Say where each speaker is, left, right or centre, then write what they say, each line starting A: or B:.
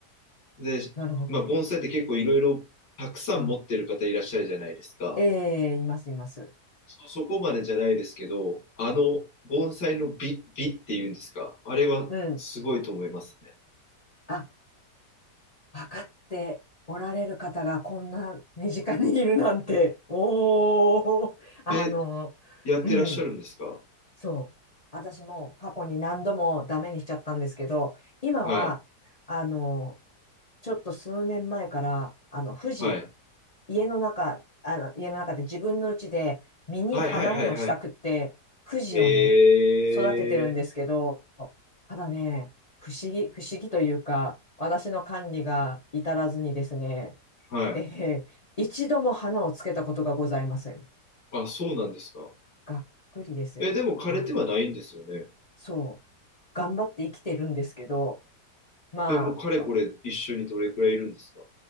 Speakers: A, on the left (about 80°); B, on the left (about 35°).
A: で、
B: なるほど。
A: まあ、盆栽って結構いろいろたくさん持ってる方いらっしゃるじゃないですか。
B: うん。ええ、います、います。
A: そ、そこまでじゃないですけど、あの盆栽の美、美っていうんですか。あれはすごいと思いますね。
B: うん。あ、分かっておられる方がこんな身近にいるなんて。おー、あの、
A: え、やってらっしゃるんですか
B: うん。そう私も過去に何度もダメにしちゃったんですけど、今は、
A: はい。
B: あの、ちょっと数年前から、あの、富士、
A: はい。
B: 家の中、あの、家の中で自分の家で実に花見をしたくって、
A: はいはいはいは
B: 富士をね、
A: い。へえ。
B: 育ててるんですけど、ただね、不思議、不思議というか、私の管理が至らずにですね、<laughs>
A: はい。
B: えー一度も花をつけたことがございません。
A: あ、そうなんですか。
B: がっくりですよ。
A: え、でも枯れてはないんですよね。
B: はいそう、頑張って生きてるんですけど、まあ、
A: え、もうかれこれ一緒にどれくらいいるんですか。